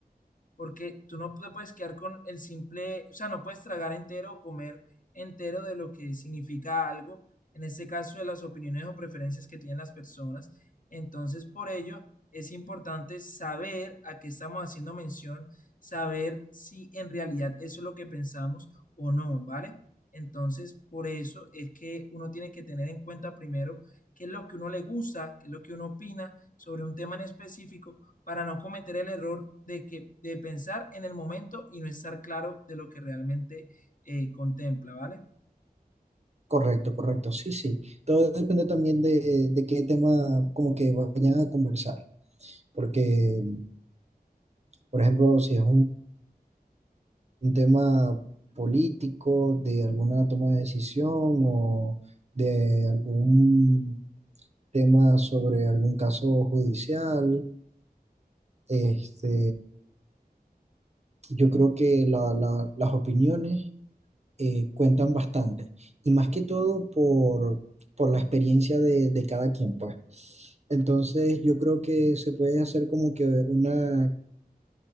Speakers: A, on the left (about 55°); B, on the right (about 45°).
A: porque tú no te puedes quedar con el simple, o sea, no puedes tragar entero o comer entero de lo que significa algo, en este caso de las opiniones o preferencias que tienen las personas. Entonces, por ello, es importante saber a qué estamos haciendo mención, saber si en realidad eso es lo que pensamos o no, ¿vale? Entonces, por eso es que uno tiene que tener en cuenta primero qué es lo que uno le gusta, qué es lo que uno opina sobre un tema en específico para no cometer el error de, que, de pensar en el momento y no estar claro de lo que realmente eh, contempla, ¿vale?
B: Correcto, correcto, sí, sí. Todo depende también de, de qué tema como que vayan a conversar, porque, por ejemplo, si es un tema político, de alguna toma de decisión o de algún tema sobre algún caso judicial. Este, yo creo que la- la- las opiniones eh, cuentan bastante y más que todo por, por la experiencia de, de cada quien, pues. Entonces yo creo que se puede hacer como que una